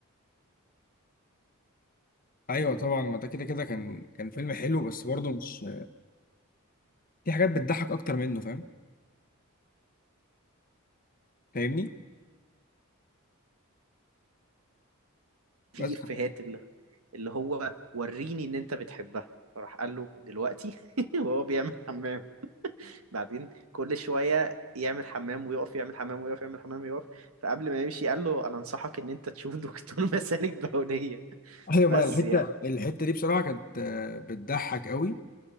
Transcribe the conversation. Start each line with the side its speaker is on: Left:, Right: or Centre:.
Left: ايوه طبعا ما ده كده كده كان كان فيلم حلو بس برضه مش في حاجات بتضحك اكتر منه فاهم فاهمني
Right: في
Left: بس
Right: إفيهات اللي اللي هو وريني إن أنت بتحبها فراح قال له دلوقتي <laughs> وهو بيعمل حمام بعدين كل شوية يعمل حمام ويقف يعمل حمام ويقف يعمل حمام ويقف فقبل ما يمشي قال له أنا أنصحك إن أنت تشوف دكتور <laughs> مسالك بولية
Left: ايوه
Right: بس
Left: ما الحتة
Right: يعني
Left: الحتة دي بصراحة كانت آه، بتضحك قوي